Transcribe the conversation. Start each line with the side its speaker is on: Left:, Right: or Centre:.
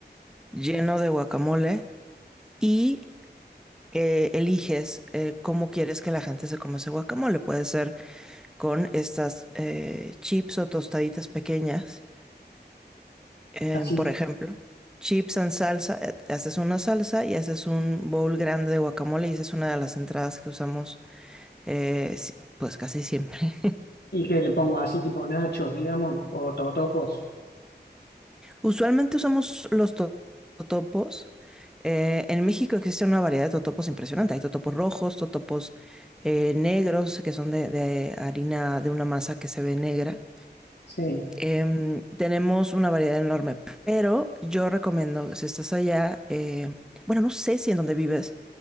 Centre: lleno de guacamole y eh, eliges eh, cómo quieres que la gente se coma ese guacamole. Puede ser con estas eh, chips o tostaditas pequeñas, em,
Left: así,
Centre: por ejemplo. Chips en salsa, eh, haces una salsa y haces un bowl grande de guacamole y esa es una de las entradas que usamos eh, si- pues casi siempre.
Left: y que le pongo así tipo nachos, digamos, o totopos,
Centre: Usualmente usamos los to- totopos. Eh, en México existe una variedad de totopos impresionante. Hay totopos rojos, totopos eh, negros, que son de, de harina de una masa que se ve negra.
Left: sí,
Centre: Em, tenemos una variedad enorme, pero yo recomiendo, si estás allá, eh, bueno, no sé si en donde vives